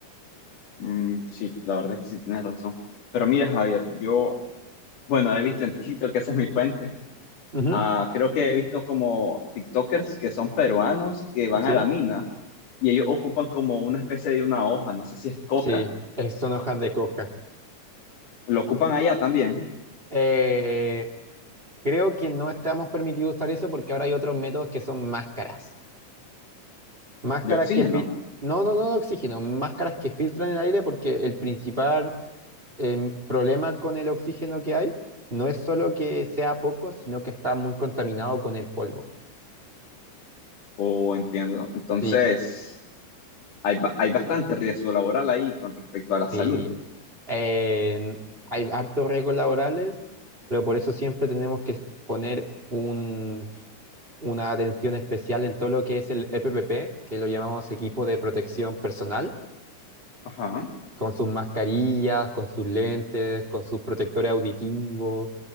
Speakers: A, on the left; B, on the right.
A: Mm, sí, la verdad es que sí tienes razón. Pero mira, Javier, yo Bueno, he visto en TikTok, que esa es mi fuente.
B: Ujú,
A: Ah, creo que he visto como TikTokers que son peruanos que van
B: Sí,
A: a la mina y ellos ocupan como una especie de una hoja, no sé si es coca.
B: sí, es- son hojas de coca.
A: Lo ocupan allá también,
B: Eh, creo que no estamos permitidos usar eso porque ahora hay otros métodos que son máscaras. Máscaras
A: de oxígeno,
B: que fil- no, no, no de oxígeno, máscaras que filtran el aire porque el principal em, problema con el oxígeno que hay no es solo que sea poco, sino que está muy contaminado con el polvo.
A: o entiendo. Entonces,
B: Sí,
A: hay, ba- hay bastante riesgo laboral ahí con respecto a la
B: sí.
A: salud.
B: eh, hay hartos riesgos laborales, pero por eso siempre tenemos que poner un- una atención especial en todo lo que es el EPPP, que lo llamamos equipo de protección personal,
A: Ajá,
B: con sus mascarillas, con sus lentes, con sus protectores auditivos